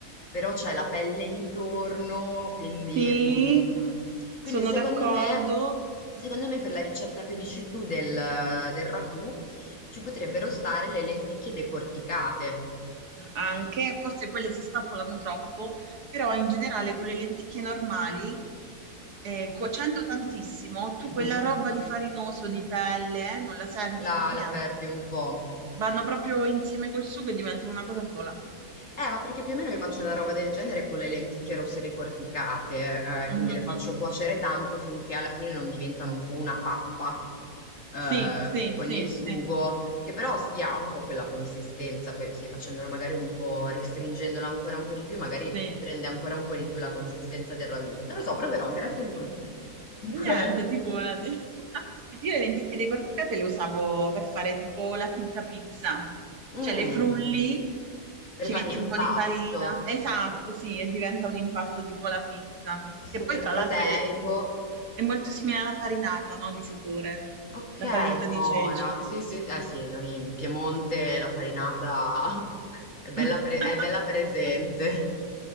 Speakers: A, on the left; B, on the right.
A: però c'è la pelle intorno, quindi
B: Sì,
A: mhmm, quindi
B: sono
A: secondo
B: d'accordo.
A: me secondo me per la ricetta che dici tu del del ragù ci potrebbero stare le lenticchie decorticate.
B: anche, forse quelle si spappolano troppo, però in generale con le lenticchie normali, eh, cuocendo tantissimo, tu
A: Mh-mh.
B: quella roba di farinoso, di pelle, eh, non la senti
A: La
B: per niente.
A: la perdi un po'.
B: Vanno proprio insieme col sugo e diventano una cosa sola. <laughs>
A: Eh, ma perché più o meno io faccio una roba del genere con le lenticchie rosse decorticate, eh,
B: Mhm.
A: quindi le faccio cuocere tanto finché alla fine non diventano un po' una pappa, eh,
B: Sì, sì,
A: co- con
B: sì,
A: il sugo,
B: sì,
A: che però si ha un po' quella consistenza, poi sì, facendolo magari un po', restringendola ancora un po' di più, magari
B: sì.
A: prende ancora un po' di più la consistenza del ragù. Non lo so, proverò, grazie dei consigli comunque.
B: Niente, figurati.
A: <laughs>
B: <laughs> Io le lenticchie decorticate le usavo per fare tipo la finta pizza,
A: Mm,
B: cioè le frulli,
A: per
B: ci
A: fare
B: metti
A: l'impasto,
B: un po' di farina, esatto, sì, e diventa un impasto tipo la pizza, che
A: super
B: poi tra
A: proteico.
B: l'altro è, è molto simile alla farinata, no, di sapore,
A: Okay,
B: la farinata
A: buona.
B: di ceci.
A: Sì, sì, eh sì, no, in Piemonte la farinata <laughs> è bella
B: <laughs>
A: pre- è bella presente.